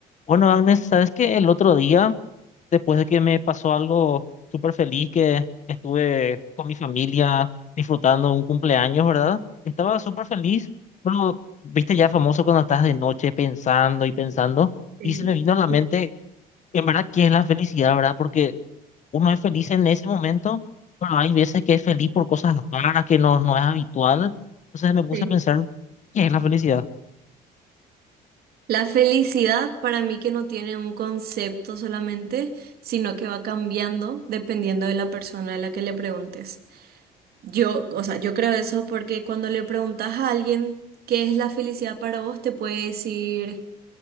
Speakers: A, on the left (about 45°); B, on the right (about 65°).
A: Bueno, Agnes, sabes que el otro día, después de que me pasó algo súper feliz, que estuve con mi familia disfrutando un cumpleaños, ¿verdad? Estaba súper feliz, pero viste ya famoso cuando estás de noche pensando y pensando,
B: Sí,
A: y se me vino a la mente,
B: sí.
A: en verdad, ¿qué es la felicidad, verdad? Porque uno es feliz en ese momento, pero hay veces que es feliz por cosas raras que no, no es habitual. Entonces me puse
B: sí.
A: a pensar, ¿qué es la felicidad?
B: La felicidad para mí que no tiene un concepto solamente, sino que va cambiando dependiendo de la persona a la que le preguntes. Yo, o sea, yo creo eso porque cuando le preguntas a alguien qué es la felicidad para vos, te puede decir